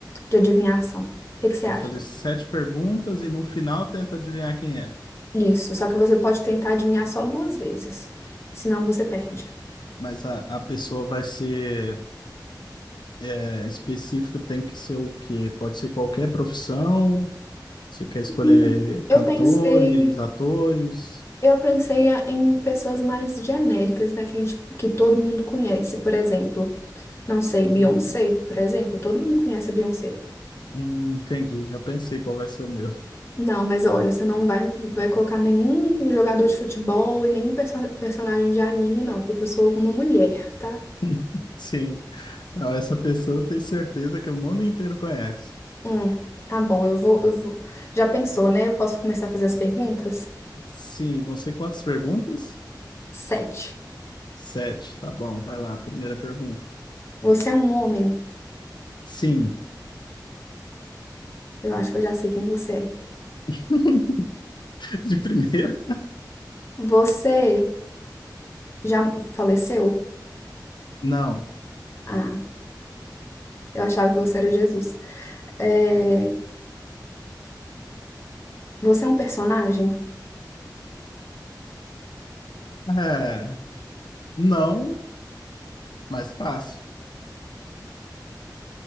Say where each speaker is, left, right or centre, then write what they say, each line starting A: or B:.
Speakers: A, on the left; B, on the left.
A: de adivinhação. O que que você
B: Vai
A: acha?
B: fazer sete perguntas e no final tenta adivinhar quem é.
A: Isso, só que você pode tentar adivinhar só duas vezes, senão você perde.
B: Mas a, a pessoa vai ser é, específico, tem que ser o quê? Pode ser qualquer profissão. Você quer escolher
A: Hum,
B: cantores,
A: Eu pensei.
B: atores?
A: Eu pensei a- em pessoas mais genéricas, né, que a gente, que todo mundo conhece. Por exemplo, não sei, Beyoncé,
B: Hum,
A: por exemplo, todo mundo conhece a Beyoncé.
B: hum, entendi, já pensei qual vai ser o meu.
A: Não, mas olha, você não vai, vai colocar nenhum jogador de futebol e nenhum perso- personagem de anime, não, porque eu sou uma mulher, tá?
B: <laughs> Sim. Não, essa pessoa eu tenho certeza que o mundo inteiro conhece.
A: Hum, tá bom, eu vou, eu vou. Já pensou, né? Eu posso começar a fazer as perguntas?
B: Sim, vão ser quantas perguntas?
A: Sete.
B: Sete, tá bom, vai lá, primeira pergunta.
A: Você é um homem?
B: Sim,
A: Eu acho que eu já sei quem você é.
B: <laughs> de primeira?
A: Você já faleceu?
B: Não.
A: Ah, eu achava que você era Jesus. É, você é um personagem?
B: É, não, mas fácil.